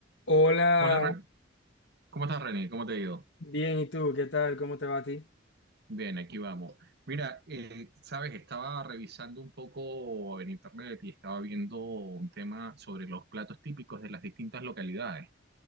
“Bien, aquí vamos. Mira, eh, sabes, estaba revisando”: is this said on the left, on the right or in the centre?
Right